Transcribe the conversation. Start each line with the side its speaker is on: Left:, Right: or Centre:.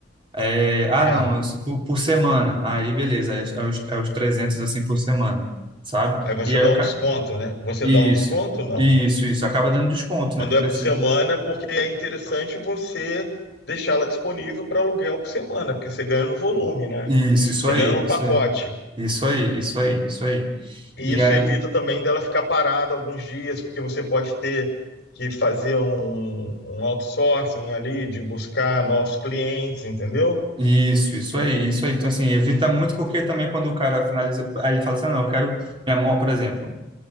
Right: É, ah,
Left: É.
Right: não, isso por, por semana. Aí, beleza, é, é os, é os 300 assim por semana, sabe?
Left: Aí você
Right: E aí,
Left: dá
Right: eu,
Left: um
Right: ca-
Left: desconto, né? Você
Right: isso,
Left: dá um desconto? Não.
Right: isso, isso. Acaba dando desconto,
Left: Quando
Right: né? Porque
Left: é por
Right: assim,
Left: semana, porque é interessante você deixá-la disponível para aluguel por semana, porque você ganha no volume, né?
Right: isso, isso
Left: Você
Right: aí,
Left: ganha no
Right: isso
Left: pacote.
Right: aí, isso aí, isso aí, isso aí.
Left: E
Right: E
Left: isso
Right: aí,
Left: evita também dela ficar parada alguns dias, porque você pode ter que fazer um, um outsourcing ali, de buscar novos clientes, entendeu?
Right: isso, isso aí, isso aí. Então, assim, evita muito, porque também quando o cara finaliza, aí ele fala assim: "Ah, não, eu quero minha mão, por exemplo,